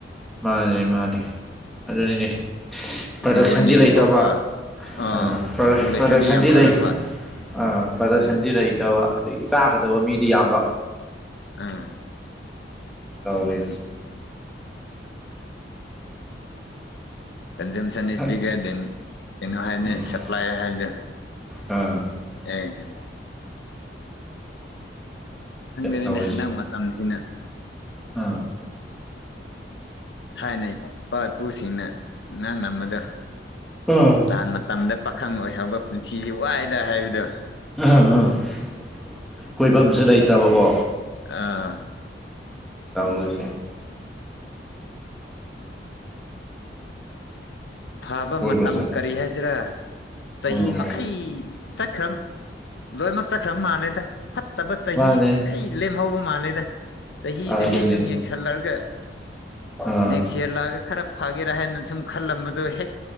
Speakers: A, in the centre; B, on the left.
A: ꯃꯥꯅꯦ ꯃꯥꯅꯦ ꯑꯗꯨꯅꯤꯅꯦ ꯄ꯭ꯔꯗꯛꯁꯟꯗꯤ
B: ꯍꯤꯡꯒꯣꯜ ꯌꯣꯟꯊꯣꯛꯄ
A: ꯂꯩꯇꯕ
B: ꯑꯥ
A: ꯑ ꯄ꯭ꯔ
B: ꯄꯣꯄꯨꯂꯦꯁꯟꯗꯤ
A: ꯄ꯭ꯔꯗꯛꯁꯟꯗꯤ
B: ꯌꯥꯝꯈꯠꯂꯛꯄ
A: ꯂꯩ ꯑ ꯄ꯭ꯔꯗꯛꯁꯟꯗꯤ
B: ꯎꯝ
A: ꯂꯩꯇꯕ ꯑꯗ‌ꯣ ꯏ ꯆꯥꯒꯗꯕ ꯃꯤꯗꯤ ꯌꯥꯝꯕ
B: ꯑꯥ
A: ꯇꯧꯋꯤꯁ
B: ꯑꯗꯨꯅꯤ ꯀꯟꯖꯨꯝꯁꯟ ꯏꯁ
A: ꯈꯪꯗꯦ
B: ꯕꯤꯒꯔ ꯗ‌ꯦꯟ ꯀꯩꯅꯣ ꯍꯥꯏꯕꯅ‌ꯦ
A: ꯎꯝ
B: ꯁꯄ꯭ꯂꯥꯏꯔ ꯍꯥꯏꯕꯗ‌ꯣ
A: ꯑꯥ
B: <unintelligible> ꯈꯪꯗꯔꯤꯅꯦ
A: ꯇꯧꯔꯤꯁꯦ
B: ꯍꯟꯗꯛ ꯃꯇꯝꯁꯤꯅ
A: ꯑꯥ
B: ꯊꯥꯏꯅꯩ ꯏꯄꯥ ꯏꯄꯨꯁꯤꯡꯅ <unintelligible> ꯗ‌ꯣ
A: ꯑ
B: ꯂꯥꯟ ꯃꯇꯝꯗ ꯄꯥꯈꯪ ꯑꯣꯏꯍꯧꯕ ꯄꯨꯟꯁꯤ ꯋꯥꯏꯗ ꯍꯥꯏꯕꯗꯣ
A: <unintelligible> ꯀꯣꯏꯐꯝꯖ‌ꯦ ꯂꯩꯇꯕꯀꯣ
B: ꯑꯥ
A: ꯇꯧꯔꯤꯁꯦ
B: ꯊꯥꯕ
A: ꯀꯣꯏꯕ
B: ꯃꯇꯝ
A: ꯆꯠꯄ
B: ꯀꯔꯤ ꯍꯥꯏꯁꯤꯔꯥ ꯆꯍꯤ
A: ꯎꯝ
B: ꯃꯈꯩ ꯆꯠꯈ꯭ꯔꯝ ꯂꯣꯏꯃꯛ ꯆꯠꯈ꯭ꯔꯕ ꯃꯥꯜꯂꯦꯗ ꯐꯠ ꯇꯕ ꯆꯍꯤꯈꯩ
A: ꯃꯥꯅꯦ
B: ꯂꯦꯝꯍꯧꯕ ꯃꯥꯜꯂꯦꯗ ꯆꯍꯤ
A: ꯑꯗꯨꯅꯤ
B: ꯆꯍꯤ ꯁꯨꯝ ꯌꯦꯡꯁꯜꯂꯑꯒ
A: ꯑꯥ
B: ꯅꯦꯛꯁ ꯏꯌꯔ ꯂꯥꯛꯑꯒ ꯈꯔꯞ ꯐꯒꯦꯔꯥ ꯍꯥꯏꯅ ꯁꯨꯝ ꯈꯜꯂꯝꯕꯗꯣ ꯍꯦꯛ